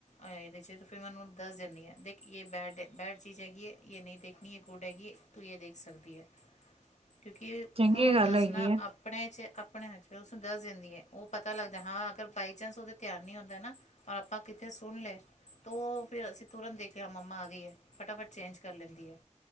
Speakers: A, on the left; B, on the right.
A: ਇਹਦੇ 'ਚ ਤਾਂ ਫਿਰ ਮੈਂ ਉਹਨੂੰ ਦੱਸ ਦਿੰਦੀ ਹਾਂ ਦੇਖ ਇਹ ਬੈਡ-ਬੈਡ ਚੀਜ਼ ਹੈਗੀ ਹੈ ਇਹ ਨਹੀਂ ਦੇਖਣੀ ਇਹ ਗੂਡ ਹੈਗੀ ਹੈ। ਤੂੰ ਇਹ ਦੇਖ ਸਕਦੀ ਹੈ। ਕਿਉਂਕਿ ਉਹਨਾਂ
B: ਚੰਗੀ
A: ਨੂੰ
B: ਗੱਲ
A: ਦੱਸਣਾ
B: ਹੈਗੀ ਹੈ
A: ਆਪਣੇ ਚ ਆਪਣੇ ਹਥ ਚ ਉ ਦੱਸ ਦਿੰਦੀ ਹੈ ਉਹ ਪਤ ਪਤਾ ਲੱਗਦਾ ਹਾਂ ਅਗਰ ਬਾਈ ਚਾਂਸ ਉਦੇ ਧਿਆਨ ਨਹੀਂ ਹੁੰਦਾ ਨਾ ਔਰ ਆਪਾਂ ਕਿੱਥੇ ਸੁਣ ਲਿਆ। ਤੋ ਉਹ ਫਿਰ ਅਸੀਂ ਤੁਰੰਤ ਦੇਖਿਆ, ਹਾਂ ਮੰਮਾ ਆ ਗਈ ਹੈ ਫਟਾਫਟ ਚੇਂਜ ਕਰ ਲੈਂਦੀ ਹੈ।